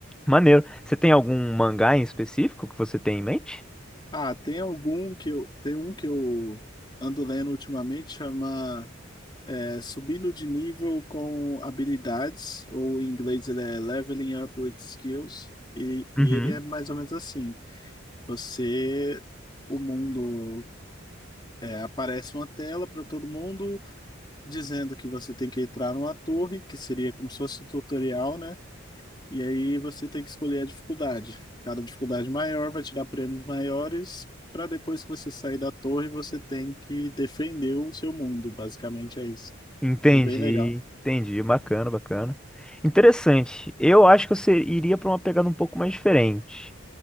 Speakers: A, in the centre; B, on the left.
A: Maneiro. Você tem algum mangá em específico que você tem em mente?
B: Ah, tem algum que eu, tem um que eu ando lendo ultimamente, chama é, Subindo de Nível com Habilidades, ou em inglês ele é Leveling Up with Skills, e,
A: Uhum.
B: e ele é mais ou menos assim. Você, o mundo, é, aparece uma tela para todo mundo dizendo que você tem que entrar numa torre, que seria como se fosse um tutorial, né? E aí você tem que escolher a dificuldade. Cada dificuldade maior vai te dar prêmios maiores, para depois que você sair da torre, você tem que defender o seu mundo. Basicamente é isso.
A: Entendi,
B: E é bem legal.
A: entendi. Bacana, bacana. Interessante. Eu acho que eu ser- iria para uma pegada um pouco mais diferente.